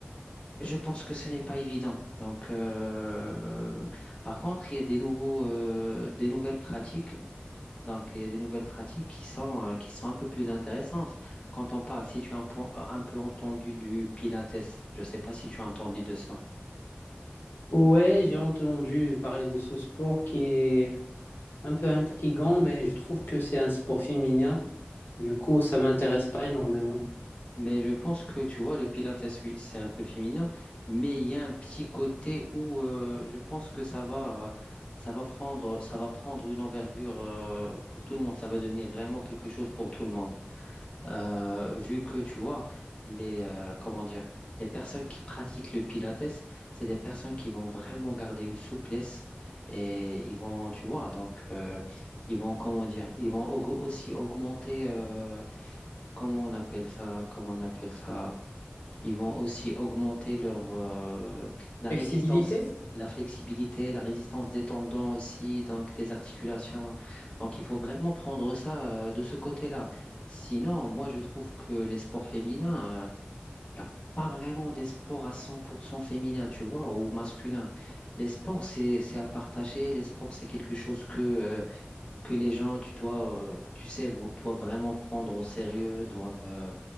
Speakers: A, on the left; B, on the left.
A: je pense que ce n'est pas évident. Donc, euh, par contre, il y a des nouveaux, euh, des nouvelles pratiques. Donc, il y a des nouvelles pratiques qui sont, euh, qui sont un peu plus intéressantes. Quand on parle, si tu as un, peu un peu entendu du Pilates, je ne sais pas si tu as entendu de ça.
B: Ouais, j'ai entendu parler de ce sport qui est un peu intrigant, mais je trouve que c'est un sport féminin. Du coup, ça m'intéresse pas énormément.
A: Mais je pense que tu vois, le Pilates, oui, c'est un peu féminin, mais il y a un petit côté où euh, je pense que ça va, euh, ça va prendre, ça va prendre une envergure euh, pour tout le monde. Ça va devenir vraiment quelque chose pour tout le monde. Euh, vu que tu vois, les, euh, comment dire, les personnes qui pratiquent le Pilates, c'est des personnes qui vont vraiment garder une souplesse et ils vont, tu vois, donc euh, ils vont, comment dire, ils vont au- aussi augmenter, euh, comment on appelle ça, comment on appelle ça. Ils vont aussi augmenter leur, euh, la
B: Flexibilité?
A: résistance, la flexibilité, la résistance des tendons aussi, donc des articulations. Donc, il faut vraiment prendre ça, euh, de ce côté-là. Sinon, moi, je trouve que les sports féminins, il n'y a pas vraiment des sports à 100% féminins, tu vois, ou masculins. Les sports, c'est, c'est à partager. Les sports, c'est quelque chose que, euh, que les gens, tu dois, euh, tu sais, vo- doivent vraiment prendre au sérieux, doivent, euh,